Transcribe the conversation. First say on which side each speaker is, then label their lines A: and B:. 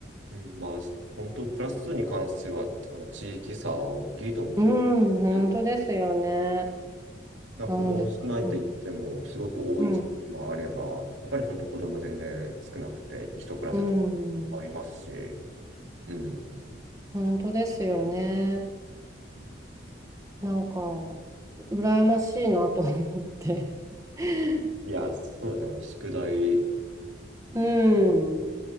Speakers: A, on the right; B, on the right.
A: うん、まあ、本当、クラス数に関しては、あの、地域差は大きいと思います。
B: うん、本当ですよね。
A: うんな子供少ないって言っても、
B: なので、すごい。
A: すごく多い地域もあれば、
B: うん、
A: やっぱり本当子供全然少なくて、一クラス
B: うん、
A: ありますし、うん。
B: 本当ですよね。なんか、羨ましいなと思って。<laughs>
A: いや、そうですね、宿題、
B: うん。